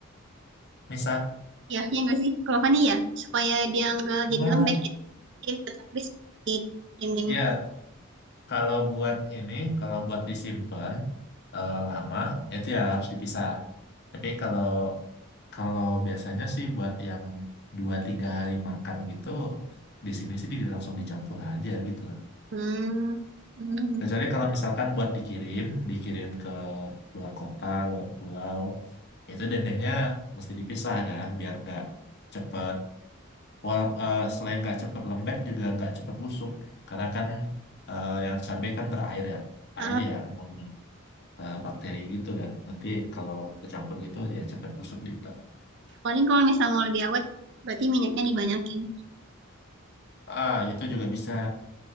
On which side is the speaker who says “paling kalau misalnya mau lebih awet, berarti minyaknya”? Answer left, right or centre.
Right